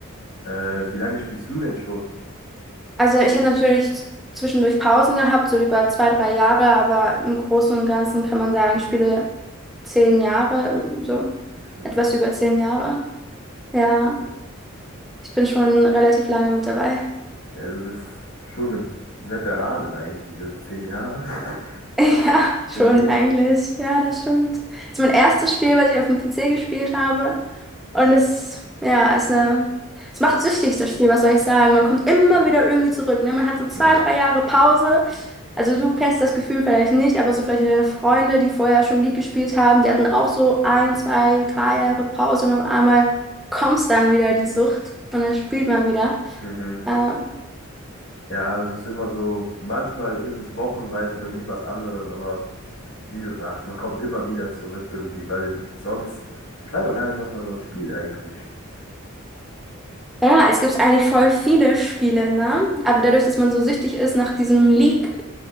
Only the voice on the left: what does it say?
Äh, wie lange spielst du denn schon?
Hm.
Ja, du bist schon eine Veteranin eigentlich, also zehn Jahre.
<laughs> Irgendwie.
Ja.
Mhm.
Ja, es ist immer so, manchmal ist es wochenweise bei mir was anderes, aber wie du sagst, man kommt immer wieder zurück irgendwie, weil sonst, ich weiß auch gar nicht, was man sonst spielt eigentlich.